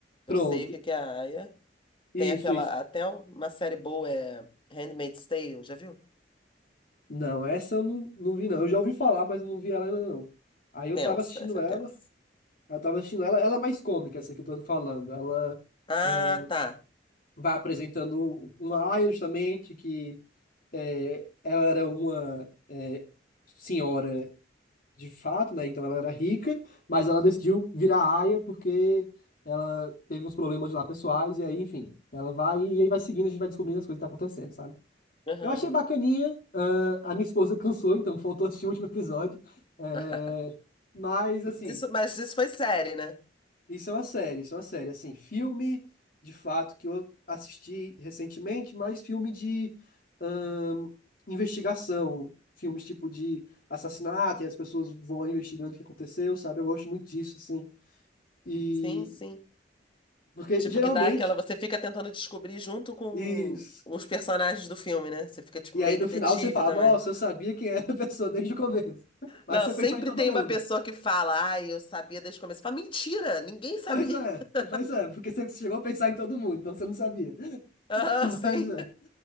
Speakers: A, on the left; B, on the left.
A: Pronto.
B: Eu sei o que que é a Aya.
A: Isso,
B: Tem aquela,
A: isso.
B: até uma série boa é Handmaid's Tale, já viu?
A: Não, essa eu não, não vi, não. Eu já ouvi falar, mas eu não vi ela ainda, não. Aí eu
B: Tensa,
A: tava assistindo
B: essa
A: ela,
B: é tensa.
A: eu tava assistindo ela, ela é mais cômica, essa que eu tô falando. Ela
B: Ah,
A: ah,
B: tá.
A: vai apresentando uma aia, justamente, que É, ela era uma é, senhora de fato, né? Então ela era rica, mas ela decidiu virar aia porque ela teve uns problemas lá pessoais, e aí, enfim, ela vai e aí vai seguindo, a gente vai descobrindo as coisas que tá acontecendo, sabe?
B: Aham.
A: Eu achei bacaninha, ah, a minha esposa <laughs> cansou, então faltou assistir o último episódio, é,
B: <laughs>
A: mas assim.
B: Mas Isso, mas isso foi série, né?
A: Isso é uma série, isso é uma série. Assim, filme, de fato, que eu assisti recentemente, mas filme de ahn, investigação. Filmes tipo de assassinato, e as pessoas vão investigando o que aconteceu, sabe? Eu gosto muito disso, assim. E...
B: Sim, sim.
A: Porque,
B: Tipo,
A: geralmente,
B: que dá aquela. Você fica tentando descobrir junto com
A: isso...
B: os personagens do filme, né? Você fica, tipo,
A: E
B: meio
A: aí, no
B: detetive
A: final, você fala,
B: também.
A: nossa, eu sabia quem era a pessoa desde o começo. Mas
B: Não,
A: você
B: sempre
A: pensou em todo
B: tem
A: mundo.
B: uma pessoa que fala, ai, eu sabia desde o começo. Fala, mentira, ninguém sabia.
A: Pois é,
B: <laughs>
A: pois é, porque você chegou a pensar em todo mundo, então você não sabia. <laughs>
B: Ah, sim.
A: Mas é.